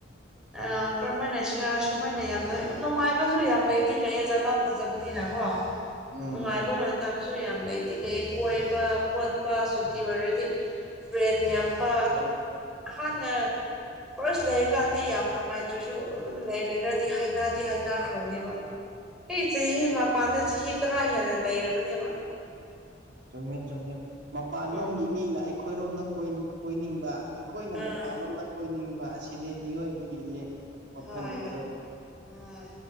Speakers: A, in the centre; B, on the right (about 60°).
A: ꯑ ꯀꯔꯝꯍꯥꯏꯅ ꯁꯤꯔ ꯁꯨꯃꯥꯏꯅ ꯌꯥꯝ ꯇ ꯅꯨꯡꯉꯥꯏꯕꯁꯨ ꯌꯥꯝ ꯂꯩ ꯑꯗꯨꯗꯤ ꯂꯩꯌꯦ ꯖꯒꯥ ꯐꯖꯕꯅꯤꯅ ꯀꯣ
B: ꯎꯝ
A: ꯅꯨꯡꯉꯥꯏꯕ ꯁꯨ ꯌꯥꯝ ꯂꯩꯕꯗꯤ ꯂꯩ ꯀꯣꯏꯕ ꯈꯣꯠꯄ ꯁꯨꯇꯤ ꯑꯣꯏꯔꯗꯤ ꯐ꯭ꯔꯦꯟ ꯌꯥꯝꯕ ꯑꯗꯨ ꯍꯥꯟꯅ ꯐꯥꯔꯁ ꯂꯩꯔꯀꯥꯟꯗꯤ ꯌꯥꯝ ꯅꯨꯡꯉꯥꯏꯇ꯭ꯔꯁꯨ ꯑꯗꯨꯝ ꯂꯩ ꯂꯩꯔꯗꯤ ꯍꯥꯏꯅꯗꯤ ꯍꯥꯏꯅꯈ꯭ꯔꯕꯅꯦꯕ ꯑꯩ ꯆꯍꯤ ꯃꯄꯥꯟꯗ ꯆꯍꯤ ꯇꯔꯥ ꯍꯦꯟꯅ ꯂꯩꯔꯕꯅꯦꯕ
B: ꯆꯨꯝꯃꯦ ꯆꯨꯝꯃꯦ ꯃꯄꯥꯟꯂꯣꯝꯒꯤ
A: ꯎꯝ
B: ꯃꯤꯅ ꯑꯩꯈꯣꯏꯔꯣꯝꯗ ꯀꯣꯏꯅꯤꯡꯕ ꯑꯩꯈꯣꯏꯅ
A: ꯎꯝ
B: ꯃꯄꯥꯟꯂꯣꯝꯗ ꯀꯣꯏꯅꯤꯡꯕ ꯑꯁꯤꯅꯦ ꯃꯤꯑꯣꯏꯕꯒꯤꯁꯦ ꯋꯥꯈꯜꯂꯣꯗ
A: ꯍꯣꯏ ꯍꯣꯏ